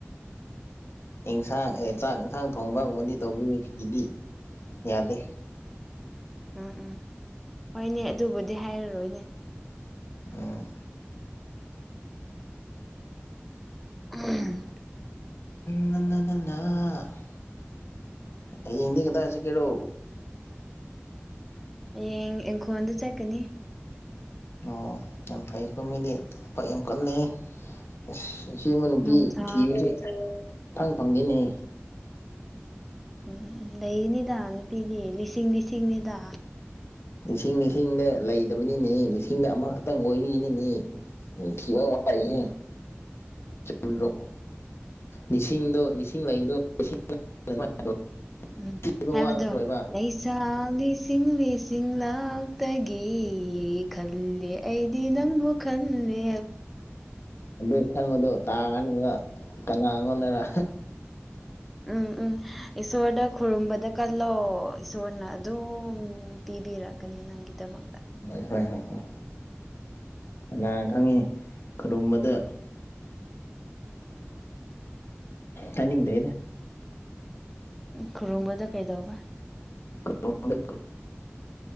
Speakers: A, on the left; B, in the centre.
A: ꯑꯦꯟꯁꯥꯡ ꯆꯥꯛ ꯏꯟꯁꯥꯡ ꯊꯣꯡꯕꯒꯨꯝꯕꯗꯤ ꯇꯧꯕꯤꯔꯦ ꯐꯤꯗꯤ ꯌꯥꯗꯦ
B: ꯎꯝ ꯎꯝ ꯍꯣꯏꯅꯦ ꯑꯗꯨꯕꯨꯗꯤ ꯍꯥꯏꯔꯔꯣꯏꯅꯦ
A: ꯎꯝ
B: <unintelligible>
A: <unintelligible> ꯍꯌꯦꯡꯗꯤ ꯀꯗꯥꯏ ꯆꯠꯀꯦꯔꯣ
B: ꯍꯌꯦꯡ ꯏꯪꯈꯣꯜꯗ ꯆꯠꯀꯅꯤ
A: ꯑꯣ ꯌꯥꯝ ꯐꯩꯀꯣ ꯃꯤꯗꯤ ꯄꯥꯛ ꯌꯥꯝ ꯀꯟꯅꯦ ꯑꯁ ꯁꯤꯕ ꯅꯨꯄꯤ
B: ꯅꯨꯡꯁꯥ
A: ꯊꯤꯕꯁꯦ ꯐꯪ ꯐꯪꯗꯦꯅꯦꯍꯦ
B: ꯎꯝ ꯂꯩꯅꯤꯗ ꯅꯨꯄꯤꯗꯤ ꯂꯤꯁꯤꯡ ꯂꯤꯁꯤꯡꯅꯤꯗ
A: ꯂꯤꯁꯤꯡ ꯂꯤꯁꯤꯡꯗ ꯂꯩꯗꯕꯅꯤꯅꯦ ꯂꯤꯁꯤꯡꯗ ꯑꯃꯈꯇꯪ ꯑꯣꯏꯕꯤꯒꯤꯅꯤꯅꯦ ꯎꯝ <unintelligible> ꯆꯨꯝꯗ꯭ꯔꯣ ꯂꯤꯁꯤꯡꯗꯣ ꯂꯤꯁꯤꯡ ꯂꯩꯕꯗꯣ <unintelligible>
B: ꯎꯝ ꯍꯥꯏꯕꯗꯣ ꯂꯩꯁꯥ ꯂꯤꯁꯤꯡ ꯂꯤꯁꯤꯡ ꯂꯛꯇꯒꯤ ꯈꯜꯂꯦ ꯑꯩꯗꯤ ꯅꯪꯕꯨ ꯈꯟꯅꯦ
A: ꯑꯗꯨ ꯈꯟꯕꯗꯣ ꯇꯥꯔꯅꯤꯕ ꯀꯅꯥꯉꯣꯟꯗꯔ
B: ꯎꯝ ꯎꯝ ꯏꯁꯣꯔꯗ ꯈꯨꯔꯨꯝꯕꯗ ꯀꯜꯂꯣ ꯏꯁꯣꯔꯅ ꯑꯗꯨꯝ ꯄꯤꯕꯤꯔꯛꯀꯅꯤꯅ ꯅꯪꯒꯤꯗꯃꯛꯇ
A: ꯍꯣꯏ ꯍꯣꯏ ꯍꯣꯏ ꯍꯣꯏ ꯀꯅꯥ ꯈꯪꯉꯤ ꯀꯔꯨꯝꯕꯗ ꯍꯥꯏꯅꯤꯡꯗꯦ ꯑꯩꯅ
B: ꯈꯨꯔꯨꯝꯕꯗ ꯀꯩꯗꯧꯕ
A: ꯀ꯭ꯔꯣꯗ꯭ꯔ